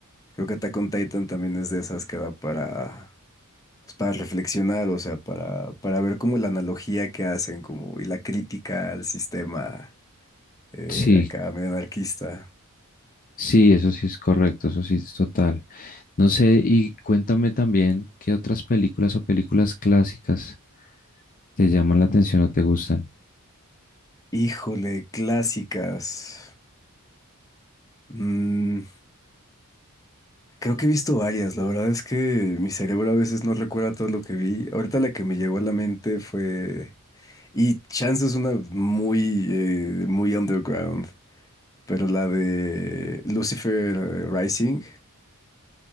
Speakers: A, on the left; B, on the left.
A: creo que Attack on Titan también es de esas que da para, pues, para reflexionar, o sea, para, para ver cómo la analogía que hacen como, y la crítica al sistema eh,
B: Sí,
A: acá medio anarquista.
B: Sí, eso sí es correcto, eso sí es total. No sé, y cuéntame también qué otras películas o películas clásicas te llaman la atención o te gustan.
A: Híjole, clásicas. Mm, creo que he visto varias, la verdad es que mi cerebro a veces no recuerda todo lo que vi. Ahorita la que me llegó a la mente fue, y chance es una muy, eh, muy underground, pero la de Lucifer eh, Rising.